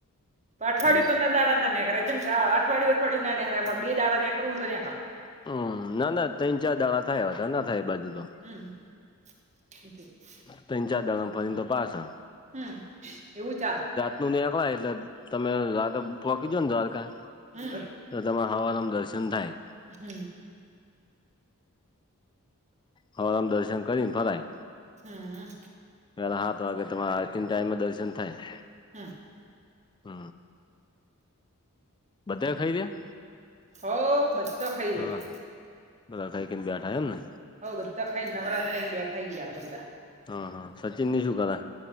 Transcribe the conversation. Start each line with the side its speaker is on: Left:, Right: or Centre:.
Right: અઠવાડિયુ
Left: હમ
Right: પંદર દાડા ના નેકેળાય કેમ <unintelligible> અઠવાડયું નાનેરાયરે બે દાડા નીકવું તો
Left: હમ ના ના ત્રન ચાર દાડા થાય વધાર ના થાય એ બાજુ તો.
Right: <inaudible>
Left: ત્ર ચાર દાળા મ તો ફરી ને પાસા
Right: હમ એવું ચાલે
Left: <unintelligible> પોહખીજો ને દ્વારકા
Right: હમ
Left: તો તમારે હવાનુંમ દર્શન થાય,
Right: હમ
Left: હવારમાં દર્શન કરીને ફરાય
Right: હા.
Left: પેલા સાત વાગે તમારા આરતી ટાઈમે દર્શન થાય.
Right: <unintelligible>
Left: હુ બધા ખયરયા
Right: હવ બધા ખઇરયા
Left: હા બધા ખાઈ ખાઈને બેઠા એમ ને
Right: હવ બધા ખઈને નવરા થઈન બેઠાા <unintelligible> બધા.
Left: હ હ સચિન ની શું કરે?